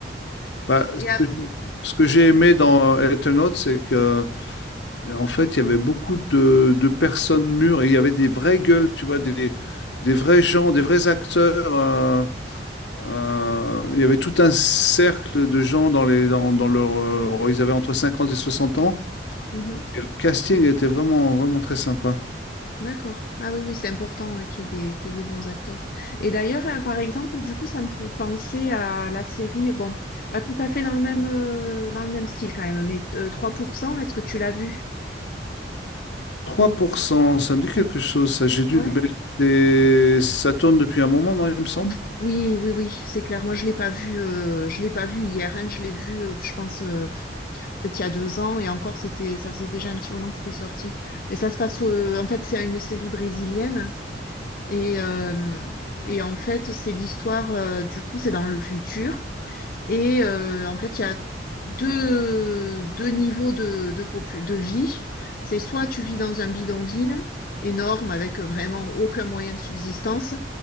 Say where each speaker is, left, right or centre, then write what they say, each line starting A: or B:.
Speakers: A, on the left; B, on the left.
A: bah,
B: Et,
A: ce
B: à-
A: que, ce que j'ai aimé dans Eternauts, c'est que Et En fait, il y avait beaucoup de, de personnes mûres et il y avait des vraies gueules, tu vois, des, des vrais gens, des vrais acteurs. euh, euh, il y avait tout un cercle de gens dans les, dans, dans leur, euh, ils avaient entre 50 et 60 ans.
B: Mhm.
A: Et le casting était vraiment, vraiment très sympa.
B: D'accord. Ah oui, oui, c'est important ouais, qu'il y ait des, qu'il y ait des bons acteurs. Et d'ailleurs, hein, par exemple, du coup, ça me fait penser à la série, bon, pas tout à fait dans le même, euh, dans le même style quand même, mais euh, trois pour cent. est-ce que tu l'as vu?
A: Trois pour cent. ça me dit quelque chose, ça. J'ai dû,
B: Ouais.
A: ben, c'est- ça tourne depuis un moment, non, il me semble.
B: Oui, oui, oui, c'est clair. Moi, je l'ai pas vu, euh, je l'ai pas vu hier, hein. Je l'ai vu, euh, je pense, euh, peut-être il y a deux ans, et encore, c'était, ça faisait déjà un petit moment que c'était sorti. Mais ça se passe, au- euh, en fait, c'est une série brésilienne, et, euh, et en fait, c'est l'histoire, euh, du coup, c'est dans le futur. Et euh, en fait, il y a deux, deux niveaux de, de, popu- de vie. C'est soit tu vis dans un bidonville énorme avec vraiment aucun moyen de subsistance,